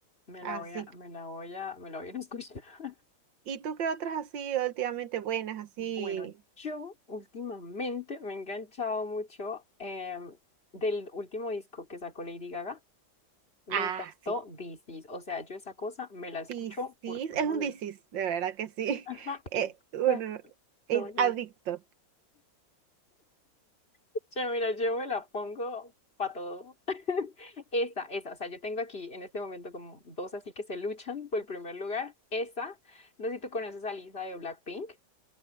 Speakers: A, on the left; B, on the right.
A: Me
B: Así.
A: la voy a, me la voy a, me la voy a ir a escuchar. <laughs>
B: ¿Y tú qué otras así últimamente buenas, así?
A: Bueno, yo últimamente me he enganchado mucho em, del último disco que sacó Lady Gaga. Me
B: Ah,
A: encantó
B: sí.
A: This Is. O sea, yo esa cosa me la escucho
B: Disis.
A: por todo.
B: Es un
A: lado.
B: disis, de verdad que sí.
A: <laughs> Ajá,
B: <laughs> Eh,
A: exacto.
B: uno, eh,
A: No, yo
B: adicto.
A: no- Che, mira, yo me la pongo para todo. <laughs> Esa, esa. O sea, yo tengo aquí en este momento como dos así que se luchan por el primer lugar. Esa. No sé si tú conoces a Lisa de Blackpink.